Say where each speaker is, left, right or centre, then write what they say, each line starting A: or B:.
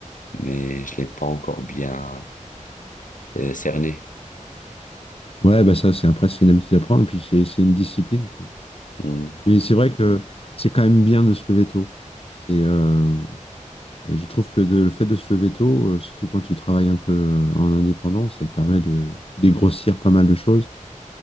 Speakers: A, on the left (about 80°); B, on the left (about 45°).
A: Mais je l'ai pas encore bien euh, cerné.
B: ouais, bah ça, c'est après, c'est une habitude à prendre, puis c'est c'est une discipline, quoi.
A: Hmm.
B: Mais c'est vrai que c'est quand même bien de se lever tôt. C'est, euh, je trouve que de, le fait de se lever tôt, euh, surtout quand tu travailles un peu euh, en indépendant, ça te permet de dégrossir pas mal de choses